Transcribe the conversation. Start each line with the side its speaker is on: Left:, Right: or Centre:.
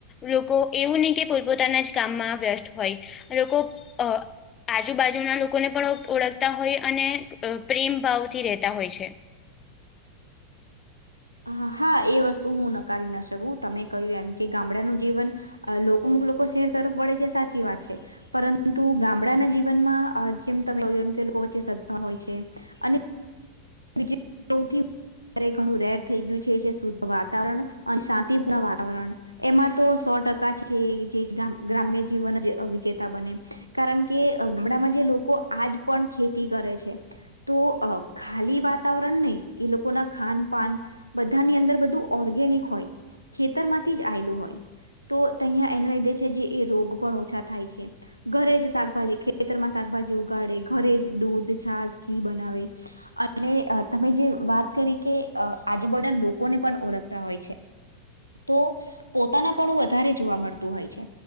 Left: લોકો એવું નહીં કે પોતપોતાના જ કામમાં વ્યસ્ત હોય. લોકો અ આજુબાજુના લોકોને પણ ઓળખતા હોય અને અ પ્રેમ ભાવથી રહેતા હોય છે.
Right: હ હા એ વસ્તુ હું નકારી ન શકું. તમે કહ્યું એમ કે ગામડાનું જીવન અ લોક અમુક લોકો શહેર તરફ વળે છે એ સાચી વાત છે. પરંતુ ગામડાના જીવનમાં જેમ તમે કહ્યું એમ કે લોકો વચ્ચે સદભાવ હોય છે. અને બીજી સૌથી વધારે ઘણું રેર થઈ ગયું છે જે શુદ્ધ વાતાવરણ અને શાંતિપૂર્ણ વાતાવરણ. એમાં તો સો ટકા જ છે જે ગ્રા ગ્રામ્ય જીવન અ વિજેતા બને. કારણ કે ગામડામાં જે લોકો આજ પણ ખેતી કરે છે. તો અ ખાલી વાત વાતાવરણ નહી એ લોકોના ખાન પાન બધાની અંદર બધું ઓર્ગેનિક હોય. ખેતરમાંથી જ આયલું હોય તો તહીંયા એને લીધે છે જે એ રોગ પણ ઓછા થાય છે. ઘરે જ શાકભાજી ખેતરમાં શાકભાજી ઉગાડે ઘરે જ દૂધ, છાસ, ઘી, બનાવે. અને અ તમે જે વાત કરી કે અ આજુબાજુના લોકોને પણ ઓળખતા હોય છે. તો પોતાના પણું વધારે જોવા મળતું હોય છે.